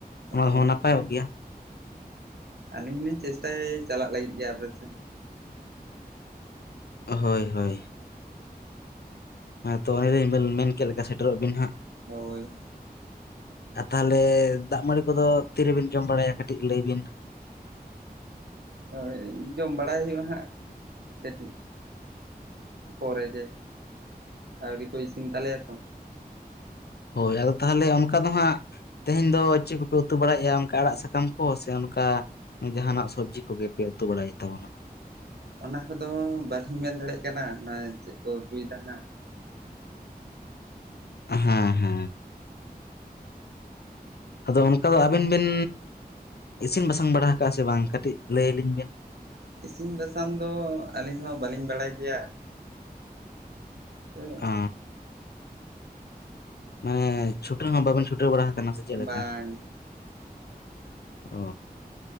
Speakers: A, on the left (about 85°); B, on the right (about 90°).
A: ᱚᱱᱟ
B: ᱦᱳᱭ
A: ᱦᱚᱸ ᱱᱟᱯᱟᱭᱚᱜ ᱜᱮᱭᱟ᱾
B: ᱟᱹᱞᱤᱧ ᱞᱤᱧ ᱪᱮᱥᱴᱟᱭᱟ ᱪᱟᱞᱟᱜ ᱞᱟᱹᱜᱤᱫ ᱜᱮ ᱟᱯᱮ ᱥᱮᱱ
A: ᱦᱳᱭ ᱦᱳᱭ, ᱦᱮᱸ ᱛᱚ ᱚᱱᱮᱞᱤᱧ ᱢᱮᱱ ᱠᱮᱫ ᱞᱮᱠᱟ ᱥᱮᱴᱮᱨᱚᱜ ᱵᱤᱱ ᱦᱟᱸᱜ᱾
B: ᱦᱳᱭ
A: ᱟᱨ ᱛᱟᱦᱚᱞᱮ ᱫᱟᱜ ᱢᱟᱹᱲᱤ ᱠᱚᱫᱚ ᱛᱤᱨᱮᱵᱤᱱ ᱡᱚᱢ ᱵᱟᱲᱟᱭᱟ ᱠᱟᱹᱴᱤᱡ ᱞᱟᱹᱭ ᱵᱤᱱ?
B: ᱦᱳᱭ ᱡᱚᱢ ᱵᱟᱲᱟᱭ ᱦᱩᱭᱩᱜᱼᱟ ᱦᱟᱸᱜ ᱠᱟᱹᱴᱤᱡ ᱯᱚᱨᱮ ᱜᱮ ᱟᱹᱣᱨᱤ ᱠᱚ ᱤᱥᱤᱱ ᱛᱟᱞᱮᱭᱟ ᱛᱚ
A: ᱦᱳᱭ ᱟᱫᱚ ᱛᱟᱦᱚᱞᱮ ᱚᱱᱠᱟ ᱫᱚ ᱦᱟᱸᱜᱼᱼ ᱛᱮᱦᱮᱧ ᱫᱚ ᱪᱮᱫ ᱠᱚᱯᱮ ᱩᱛᱩ ᱵᱟᱲᱟᱭᱮᱫᱼᱟ ᱚᱱᱠᱟ ᱟᱲᱟᱜ ᱥᱟᱠᱟᱢ ᱠᱚ ᱥᱮ ᱚᱱᱠᱟᱼᱼ ᱡᱟᱦᱟᱱᱟᱜ ᱥᱚᱵᱽᱡᱤ ᱠᱚᱜᱮᱯᱮ ᱩᱛᱩ ᱵᱟᱲᱟᱭᱮᱫ ᱛᱟᱵᱚᱱᱟ?
B: ᱚᱱᱟ ᱠᱚᱫᱚ ᱵᱟᱞᱤᱧ ᱢᱮᱱ ᱫᱟᱲᱮᱭᱟᱜ ᱠᱟᱱᱟ ᱚᱱᱟ ᱪᱮᱫ ᱠᱚ ᱩᱛᱩᱭᱫᱟ ᱦᱟᱸᱜ᱾
A: ᱦᱮᱸ ᱦᱮᱸ ᱟᱫᱚ ᱚᱱᱠᱟ ᱫᱚ ᱟᱹᱵᱤᱱ ᱵᱤᱱ ᱤᱥᱤᱱ ᱵᱟᱥᱟᱝ ᱵᱟᱲᱟ ᱟᱠᱟᱜᱼᱟ ᱥᱮ ᱵᱟᱝ ᱠᱟᱹᱴᱤᱡ ᱞᱟᱹᱭᱭᱟ ᱞᱤᱧ ᱵᱮᱱ?
B: ᱤᱥᱤᱱ ᱵᱟᱥᱟᱝ ᱫᱚ ᱟᱹᱞᱤᱧ ᱦᱚᱸ ᱵᱟᱹᱞᱤᱧ ᱵᱟᱲᱟᱭ ᱠᱮᱭᱟ᱾ ᱛᱚᱼᱼ
A: ᱚ ᱢᱟᱱᱮ ᱪᱷᱩᱴᱟᱹᱣ ᱦᱚᱸ ᱵᱟᱵᱮᱱ ᱪᱷᱩᱴᱟᱹᱣ ᱵᱟᱲᱟ ᱟᱠᱟᱱᱟ ᱥᱮ ᱪᱮᱫ ᱞᱮᱠᱟ?
B: ᱵᱟᱝ
A: ᱚ